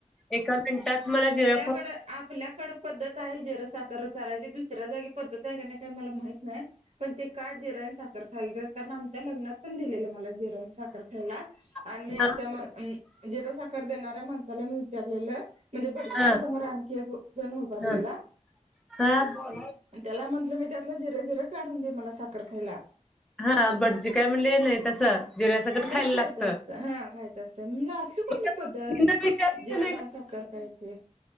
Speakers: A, in the centre; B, on the right.
A: एका मिनटात मला जिरा खोब
B: कड आपल्याकडं पद्धत आहे जिर साखर चारायची दुसऱ्या जागी पद्धत आहे का नाही काय मला माहित नाही. पण ते का जिर आण साखर खायला देत्यात कारण, आमच्या लग्नात पण दिलेलं मला जिर आण साखर. खायला आणि
A: खोबरा
B: मी त्या माण अ जिर साखर देणाऱ्या माणसाला मी वि चारलेलं म्हणजे भटजीच्या
A: हा
B: समोर आणखी एक जण उभारलेला
A: हा हा
B: आणि त्याला म्हंटलं मी त्यातलं जिर जिर काढून दे मला साखर खायला
A: हा भटजी काय म्हणले नाही तसं. जिऱ्यासकट
B: तसंच
A: खायला
B: खायचं
A: लागतं.
B: असतं हा खायचं असतं असली कुठली
A: भटजींना
B: पद्धत
A: विचारायचं
B: जिरा घाऊन साखर खायचे